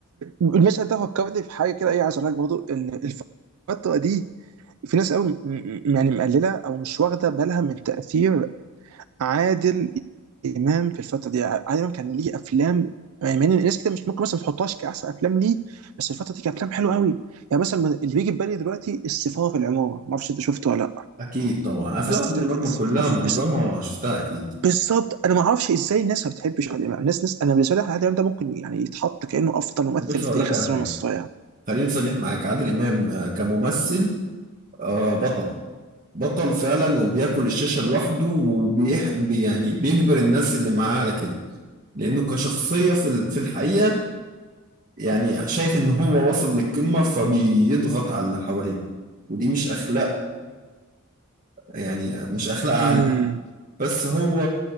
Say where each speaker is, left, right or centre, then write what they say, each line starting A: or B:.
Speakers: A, on the right; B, on the right.
A: المشهد ده فكرني في حاجه كده ايه عايز اقول لك برضه ان الفتره دي في ناس قوي م- م- يعني مقلله او مش واخده بالها من تاثير عادل امام في الفتره دي عادل امام كان ليه افلام يعني مع ان الناس كده مش ممكن مثلا ما تحطهاش كاحسن افلام ليه بس الفتره دي كان افلام حلوه قوي يعني مثلا من- اللي بيجي في بالي دلوقتي السفاره في العماره ما اعرفش انت شفته ولا لا
B: أكيد طبعا أفلام
A: بس
B: عادل
A: بس
B: إمام كلها معظمها
A: بس-
B: شفتها أكيد
A: بالظبط انا ما اعرفش ازاي الناس ما بتحبش عادل امام الناس ناس انا بالنسبه لي عادل امام ده ممكن يعني يتحط كانه افضل ممثل
B: بس
A: في
B: هقول
A: تاريخ
B: لك
A: السينما
B: على حاجة
A: المصريه
B: خليني صريح معاك عادل إمام آه، كممثل آه، بطل بطل فعلا وبياكل الشاشة لوحده وبيح بي- يعني بيجبر الناس اللي معاه على كده لأنه كشخصية في ال- في الحقيقة يعني شايف إن هو واصل للقمة فبيضغط على اللي حواليه ودي مش أخلاق يعني مش أخلاق عالية
A: امم
B: بس هو